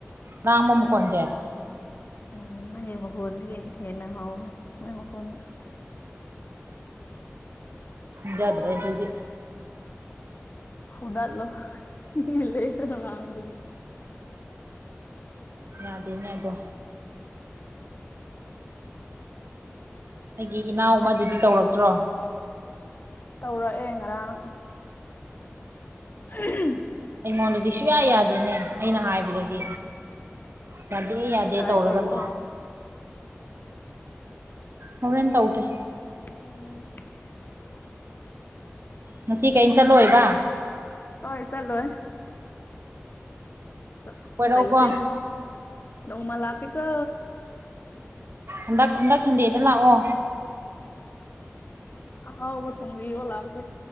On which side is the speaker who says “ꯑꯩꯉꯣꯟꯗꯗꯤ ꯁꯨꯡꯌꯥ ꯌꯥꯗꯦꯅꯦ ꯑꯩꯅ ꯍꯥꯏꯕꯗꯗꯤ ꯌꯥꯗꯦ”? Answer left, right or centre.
Right